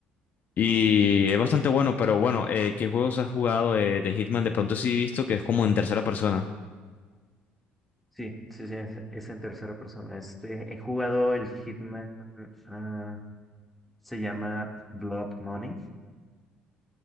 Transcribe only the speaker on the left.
Y es bastante bueno, pero bueno, eh, ¿qué juegos has jugado eh, de Hitman? De pronto sí he visto que es como en tercera persona.